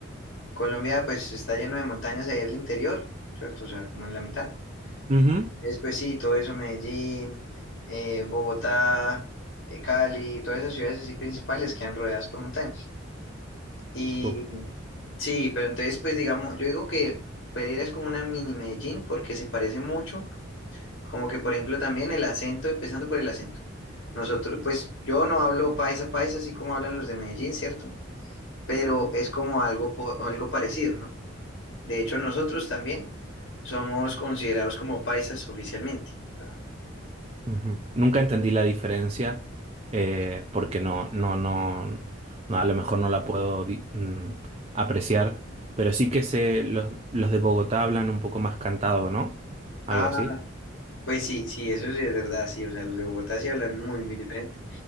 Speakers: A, on the left; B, on the right.
A: Colombia pues está lleno de montañas ahí en el interior, ¿cierto? O sea, como en la mitad.
B: Ujú.
A: Entonces, pues sí, todo eso, Medellín, eh, Bogotá, eh, Cali, todas esas ciudades así principales quedan rodeadas por montañas. Y
B: Súper.
A: sí, pero entonces pues digamos, yo digo que Pereira es como una mini Medellín porque se parece mucho, como que por ejemplo también el acento, empezando por el acento. Nosotros, pues yo no hablo paisa paisa así como hablan los de Medellín, ¿cierto? Pero es como algo, po- algo parecido, ¿no? De hecho, nosotros también somos considerados como paisas oficialmente. O sea,
B: Ujú. Nunca entendí la diferencia eh, porque no, no, no, no, a lo mejor no la puedo di- mm, apreciar, pero sí que sé, los, los de Bogotá hablan un poco más cantado, ¿no? Algo
A: ah,
B: así.
A: pues sí, sí, eso sí es verdad, sí. O sea, los de Bogotá sí hablan muy, muy diferente.